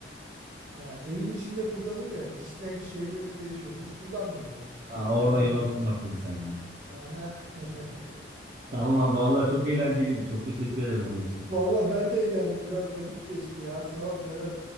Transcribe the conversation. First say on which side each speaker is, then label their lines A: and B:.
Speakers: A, on the right (about 75°); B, on the right (about 50°).
A: Ya evin içinde kullanılıyor ya kişiden kişiye göre değişiyor. Biz kullanmıyoruz sonuçta.
B: Aa,
A: Ben
B: orada
A: kullanmıyorum.
B: yanılttın bak beni sen ya.
A: Aha. <laughs>
B: Tamam abi vallahi çok eğlenceliydi. Çok teşekkür ederim oyun için.
A: Valla ben de eğlendim. Biraz vakit geçti ya. Sağ ol Serhat.